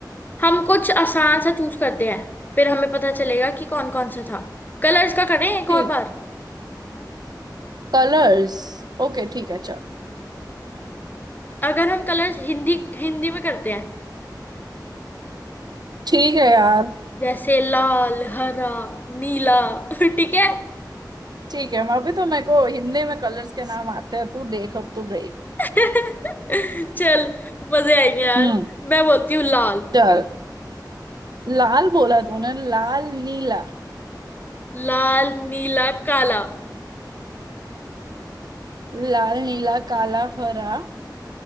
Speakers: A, on the left; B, on the right.
A: हम कुछ आसान सा चूज करते हैं फिर हमें पता चलेगा कि कौन कौन सा था कलर्स का करें एक
B: ठीक
A: और बार
B: कलर्स ओके ठीक है चल
A: अगर हम कलर्स हिंदी हिंदी में करते हैं
B: ठीक है यार
A: जैसे लाल हरा नीला ठीक है
B: ठीक है मैं अभी तो मेरे को हिंदी में कलर्स के नाम आते हैं तू देख अब तू गई
A: <laughs> चल मजे आएंगे यार
B: हम्म
A: मैं बोलती हूँ लाल
B: चल लाल बोला तूने लाल नीला
A: लाल नीला काला
B: लाल नीला काला हरा